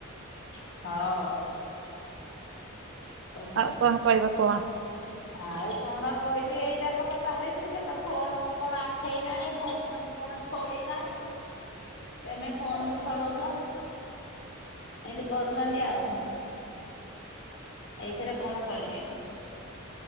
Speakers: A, on the left; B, on the right.
A: ହଁ। ହଉ।
B: ଆଉ କଣ କହିବା କୁହ।
A: ଆଉ କଣ କହିବି ଏଇଟାକ ତ ଚାଲିଛି ସେ ତ ଫୋନକୁ କଣ ଆଖେଇଲାଣି ଫୋନକୁ କଣ ଳେଇଲାଣି ତମେ ଫୋନକୁ ଛଡଉଛ। ଏନ୍ତି କରୁଛନ୍ତି ଆଉ। ଏଇଥିରେ କଣ କରିବି ମୁଁ